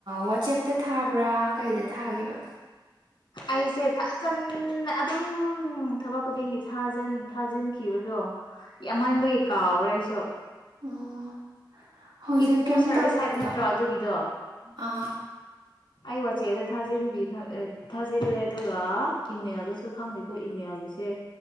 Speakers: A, on the right (about 85°); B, on the left (about 80°).
A: ꯋꯥꯆꯦꯞꯇ ꯊꯥꯕ꯭ꯔꯥ ꯀꯩꯗ ꯊꯥꯈꯤꯕ
B: ꯑꯩꯁꯦ ꯊꯖꯟ ꯑꯗꯨꯝ ꯊꯕꯛ ꯈꯨꯗꯤꯡꯒꯤ ꯊꯥꯖꯤꯟꯈꯤꯕꯗꯣ ꯌꯥꯝꯃꯟꯕꯒꯤ ꯀꯥꯎꯔꯦ ꯑꯩꯁꯨ
A: ꯑꯣ ꯍꯧꯖꯤꯛ
B: ꯏꯄꯨ
A: ꯀꯩꯝ
B: ꯁꯥꯔꯚꯤꯁ
A: ꯇꯧꯗ꯭ꯔꯤꯕ
B: ꯍꯥꯏꯕ ꯅꯠꯇ꯭ꯔꯣ ꯑꯗꯨꯒꯤꯗꯣ
A: ꯑ
B: ꯑꯩ ꯋꯥꯆꯦꯞꯗ ꯊꯥꯖꯤꯟꯕꯤ ꯊꯥꯖꯤꯜꯂꯦ ꯑꯗꯨꯒ ꯏꯃꯦꯜꯗꯁꯨ ꯈꯪꯉꯤꯀꯣ ꯏꯃꯦꯜꯒꯤꯁꯦ